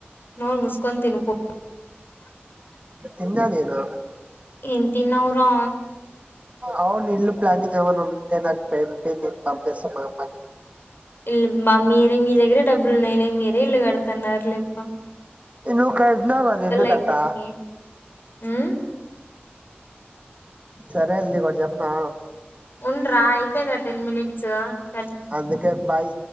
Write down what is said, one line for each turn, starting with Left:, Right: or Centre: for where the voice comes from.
Left: నోరు మూసుకొని తిను పో
Right: తిన్నా నేను
Left: ఏం తిన్నావురా
Right: అవును ఇల్లు ప్లానింగ్ ఏమైన ఉంటె నాకు పెంపి నేను పంపిస్తా మా అమ్మకి.
Left: ఇల్ మ మీరె మీ దగ్గరె డబ్బులు ఉన్నాయిలె మీరె ఇల్లు కడుతన్నారు లెప్ప.
Right: ఇల్లు కట్టినావు కదా ఎందుకంత.
Left: అయిపోతిమి మ్మ్
Right: సరే అల్ది నీకొటి చెప్పనా
Left: ఉండ్రా అయిపోయినా టెన్ మినిట్స్. చ్చ
Right: అందుకె బాయ్